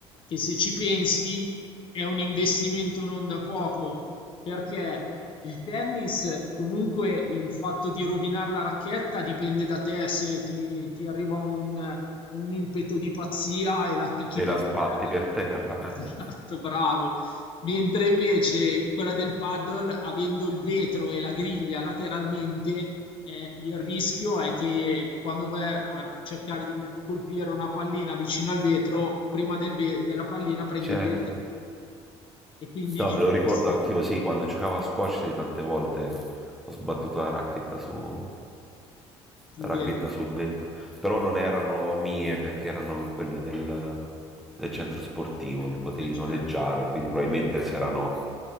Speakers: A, on the left; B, in the centre.
A: che se ci pensi è un investimento non da poco, perché il tennis, comunque il fatto di rovinare la racchetta dipende da te, se ti, ti arriva un, un impeto di pazzia e la picchi
B: e
A: per
B: la sbatti
A: terra.
B: per terra, eh.
A: Esatto, bravo. Mentre invece quella del paddle, avendo il vetro e la griglia lateralmente, eh, il rischio è che quando vai a cercare di colpire una pallina vicino al vetro, prima del ve- della pallina prendi
B: Certo.
A: il vetro e quindi
B: No,
A: ci
B: me lo ricordo
A: passi
B: anch'io, sì, quando giocavo a squash sì, tante volte ho sbattuto la racchetta, su,
A: sul
B: la racchetta
A: vetro.
B: sul vetro, però non erano mie perché erano quelle del, del centro sportivo, le potevi
A: Eh, certo,
B: noleggiare, quindi probabilmente se erano